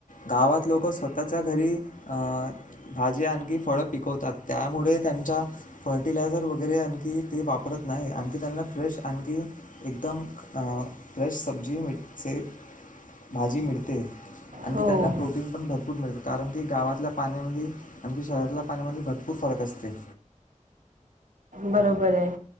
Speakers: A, on the left; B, on the right.
A: गावात लोक स्वतःच्या घरी अ भाजी आणखी फळं पिकवतात, त्यामुळे त्यांच्या फर्टिलायझर वगैरे आणखी ते वापरत नाही, आणखी त्यांना फ्रेश, आणखी एकदम अ फ्रेश सब्जी मि <unintelligible> भाजी मिळते. आणखी
B: हो
A: त्यांना प्रो टीन पण भरपूर मिळतं, कारण की गावातल्या पाण्यामदि, आणखी शहरातल्या पाण्यामदि भरपूर फरक असते.
B: बरोबर आहे.